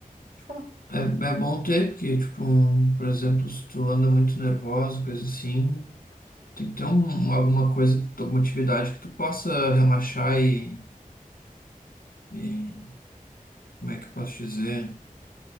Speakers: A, on the right; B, on the left.
A: Pra te falar.
B: é, é bom ter, porque, tipo, um, por exemplo, se tu anda muito nervoso, coisa assim, tem que ter um, alguma coisa, alguma atividade que tu possa relaxar e, e como é que eu posso dizer?